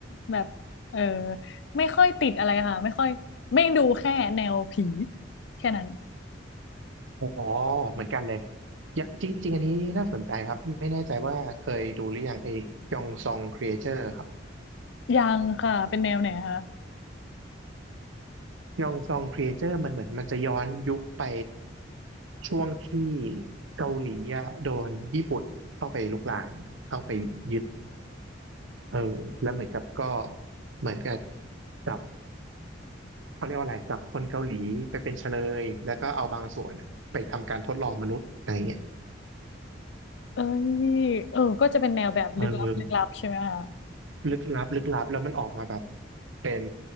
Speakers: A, on the left; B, on the right.
A: แบบเออไม่ค่อยติดอะไรค่ะไม่ค่อยไม่ดูแค่แนวผีแค่นั้น
B: อ๋อเหมือนกันเลยอย่าจริงๆอันนี้น่าสนใจครับไม่แน่ใจว่าเคยดูหรือยังไอ้ยองซองครีเอเตอร์ครับ
A: ยังค่ะเป็นแนวไหนคะ
B: ยองซองครีเอเตอร์มันเหมือนมันจะย้อนยุคไปช่วงที่เกาหลีอะโดนญี่ปุ่นเข้าไปลุกรานเข้าไปยึดเออแล้วเหมือนกับก็เหมือนกับจับเขาเรียกว่าอะไรจับคนเกาหลีไปเป็นเฉลยแล้วก็เอาบางส่วนอะไปทำการทดลองมนุษย์อะไรเงี้ย
A: เอ้ยเออก็จะเป็นแนวแบบลึกลับลึกลับใช่ไหมคะ
B: เออ ลึกลับลึกลับแล้วมันออกมาแบบเป็น